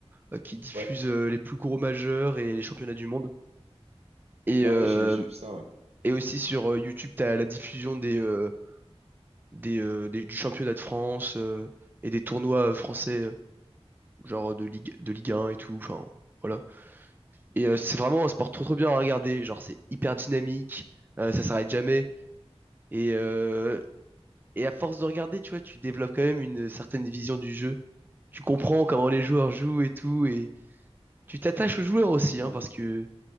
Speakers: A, on the right; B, on the right.
A: euh, qui diffuse
B: ouais,
A: euh, les plus gros majeurs et les championnats du monde. Et,
B: bah
A: euh,
B: ouais, j'ai, j'ai vu ça. Ouais,
A: et aussi sur euh, YouTube, tu as la diffusion des, euh, des, euh, des- du championnat de France euh, et des tournois euh, français, euh, genre de Ligue, de Ligue 1 et tout. Enfin, voilà. Et euh, c'est vraiment un sport trop trop bien à regarder. Genre, c'est hyper dynamique, euh, ça s'arrête jamais. Et, euh, et à force de regarder, tu vois, tu développes quand même une certaine vision du jeu. Tu comprends comment les joueurs jouent et tout. Et tu t'attaches aux joueurs aussi,
B: ouais,
A: hein, parce que